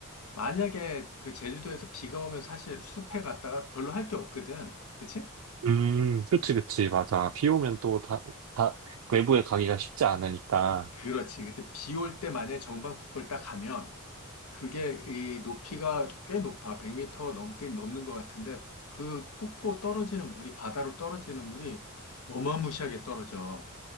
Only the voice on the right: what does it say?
음, 그치, 그치, 맞아. 비 오면 또 다, 다, 외부에 가기가 쉽지 않으니까.